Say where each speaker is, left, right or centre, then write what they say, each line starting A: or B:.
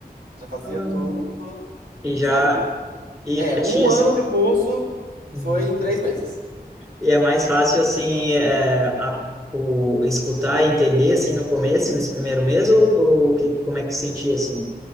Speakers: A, on the right (about 80°); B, on the right (about 20°).
A: Já fazia
B: Ah,
A: tudo.
B: E já,
A: Sabe?
B: e
A: É,
B: para
A: um
B: ti, assim,
A: ano de curso foi
B: Uhum.
A: em três meses.
B: e é mais fácil, assim, é, a- o, escutar e entender, assim, no começo, nesse primeiro mês, ou, ou que, como é que tu sentia, assim?